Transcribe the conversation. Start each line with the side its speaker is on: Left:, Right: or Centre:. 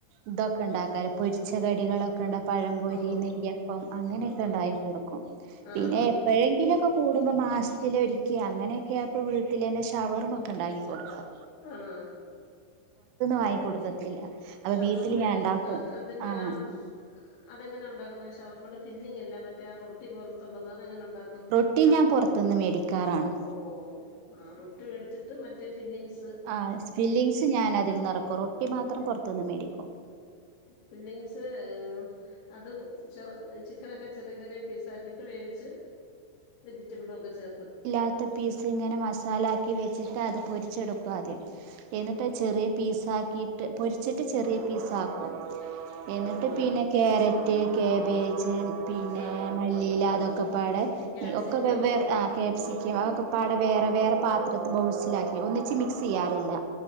Right: ഇതൊക്കെ ഉണ്ടാക്കാല് പൊരിച്ച കടികളൊക്കെ ഉണ്ടാകു പഴംപൊരി,
Left: ഓഹോ
Right: നെ്യ്യപ്പം,
Left: ഹോ ഹോ
Right: അങ്ങനെയൊക്കെ
Left: ആഹ്
Right: ഉണ്ടായി കൊടുക്കും.
Left: ആഹ്
Right: പിന്നെ
Left: നമ്മളൊക്കെ
Right: എപ്പോഴെങ്കിലൊക്കെ
Left: ഉണ്ടാക്കും
Right: കു മൂ മാസത്തിലൊരിക്കെ അങ്ങനെയൊക്കെയായപ്പ വീട്ടില് തന്നെ ഷവർമൊക്കെണ്ടാക്കി കൊടുക്കും.
Left: ആണോ-
Right: വാങ്ങി
Left: വീട്ട്
Right: കൊടുക്കത്തില്ല അപ്പൊ
Left: ഷവർമേ
Right: വീട്ടില് ഞാൻ ഉണ്ടാക്കും
Left: അതിൻ്റെ
Right: ആഹ്
Left: ആ അ അതെങ്ങനെ ഉണ്ടാക്കുന്നെ ഷവർമ്മെൻ്റ ഫില്ലിംഗല്ല മറ്റേ ആ റൊട്ടി പോലത്തുള്ളത് അതങ്ങനെ ഉണ്ടാ ഉണ്ടാക്കു ക്കും.
Right: റൊട്ടി ഞാൻ പുറത്തുന്ന് മേടിക്കാറാണ്
Left: ഓ ആ റൊട്ടി വേടിച്ചിട്ട് മറ്റേ ഫില്ലിംഗ്സ്
Right: ആ സ്ഫിലിംഗ്സ് ഞാൻ അതിൽ നറക്കും, റൊട്ടി മാത്രം പൊറത്തുന്ന് മേടിക്കും.
Left: ഫില്ലിങ്സ് ഉം അത് ചെറ് ചിക്കനൊക്കെ ചെറിയ ചെറിയ പീസ് ആക്കീട്ട് വേവിച്ച് വെജിറ്റബിളു ഒക്കെ ചേർ
Right: ല്ലാത്ത പീസ് ഇങ്ങനെ മസാലാക്കി വെച്ചിട്ട്, അത് പൊരിച്ചെടുക്കു ആദ്യം. എന്നിട്ട് ചെറിയ പീസാക്കിയിട്ട്, പൊരിച്ചിട്ട് ചെറിയ പീസാക്കും. എന്നിട്ട്
Left: ഓ
Right: പിന്നെ ക്യാരെറ്റ്, കേബേജ് പിന്നെ
Left: ആഹാ
Right: മല്ലിയിലാ അതൊക്കെ പാടെ
Left: ക്യാപ്സിക്കം
Right: ഒക്കെവേവ്വേ ആ കേ ചിക്കും അതൊക്കെ പ്പാടെ വേറെ വേറെ പാത്രത്തി ബൗൾസിലാക്കി ഒന്നിച്ച് മിക്സെയ്യാറില്ല.